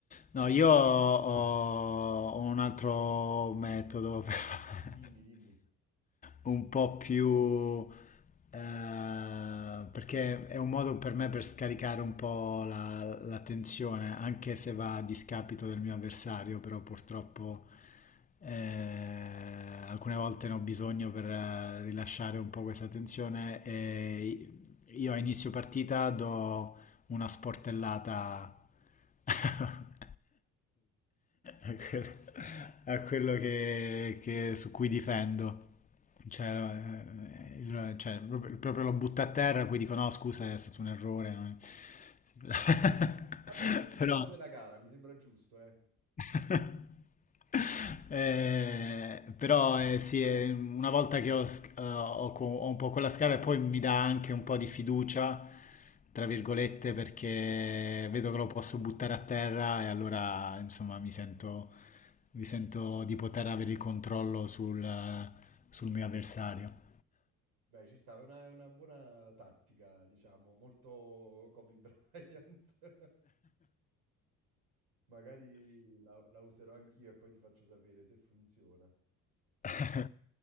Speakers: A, on the left; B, on the right.
A: no, io ho, ho un altro metodo, <laughs> però,
B: Dimmi, dimmi.
A: un po' più... eh, perché è un modo per me per scaricare un po' la, la tensione, anche se va a discapito del mio avversario, però purtroppo eh, alcune volte ne ho bisogno per eh, rilasciare un po' questa tensione e io a inizio partita do una sportellata <laughs> a quello, a quello che, che- su cui difendo. Cioè, eh, il- cioè, proprio, proprio lo butta a terra, poi dico no, scusa, è stato un errore. no?" <laughs>
B: Vabbè, senti il
A: Però...
B: tono della gara, mi sembra giusto, eh.
A: <laughs> Eh, però eh, sì, eh, una volta che ho, sc- eh, ho co- ho un po' quella scala, poi mi dà anche un po' di fiducia, tra virgolette, perché vedo che lo posso buttare a terra e allora insomma mi sento, mi sento di poter avere il controllo sul, sul mio avversario.
B: Beh, ci sta, è una, è una buona tattica, diciamo, molto Kobe Bryant. <laughs> Magari la la userò anch'io e poi ti faccio sapere se funziona.
A: <laughs>